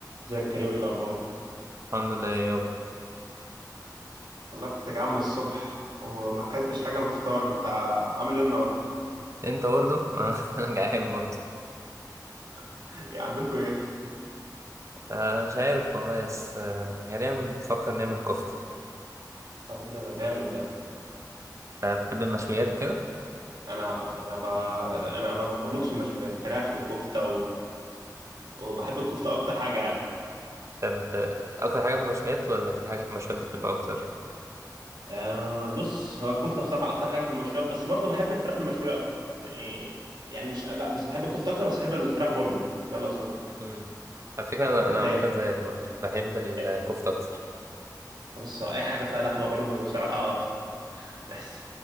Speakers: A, on the right; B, on the right.
A: ازيك يا كريم ايه الاخبار
B: الحمد لله يابا
A: والله كنت جعان من الصبح وما اكلتش حاجه من الفطار انت عامل ايه النهارده
B: انت برضه ما <laughs> انا جعان برضه
A: <laughs> يعني عندكم ايه
B: آه مش عارف والله بس آه غالبا بنفكر نعمل كفتة
A: طب ايه ده ده جامد ده
B: آه بتحب المشويات وكده
A: انا انا ب... انا ب- بموت في المشويات فراخ وكفته و... وبحب الكفته اكتر حاجه يعني
B: طب آه، اكتر حاجة في المشويات ولا في حاجة في المشويات بتحبها اكتر
A: آه بص هو الكفته بصراحه اكتر حاجه في المشويات بس برضه بحب الفراخ المشويه اكتر يعني يعني مش لا بس بحب الكفته اكتر بس بحب الفراخ برضه يعني. ده اللي اقصده
B: مم. على فكرة انا
A: انت
B: انا عامة
A: ايه
B: زيك برضه بحب الكفتة
A: إيه؟
B: اكتر
A: بص هو اي حاجه فيها لحمه برضه بصراحه <laughs> بحس